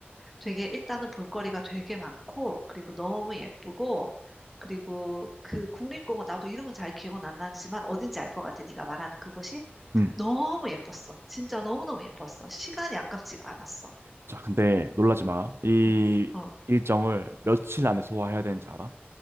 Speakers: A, in the centre; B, on the right (about 80°).
A: 되게, 일단은 볼거리가 되게 많고, 그리고 너무 예쁘고, 그리고 그 국립공원, 나도 이름은 잘 기억은 안 나지만 어딘지 알 것 같아. 네가 말하는 그곳이
B: 음.
A: 너무 예뻤어. 진짜 너무너무 예뻤어. 시간이 아깝지가 않았어.
B: 자, 근데 놀라지 마. 이
A: 어, 어.
B: 일정을 며칠 안에 소화해야 되는지 알아?